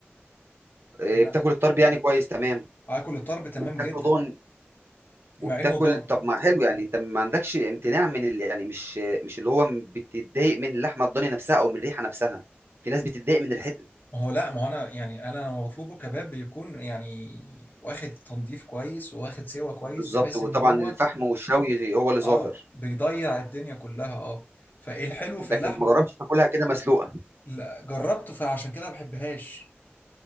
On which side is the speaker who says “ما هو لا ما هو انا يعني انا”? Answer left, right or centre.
Left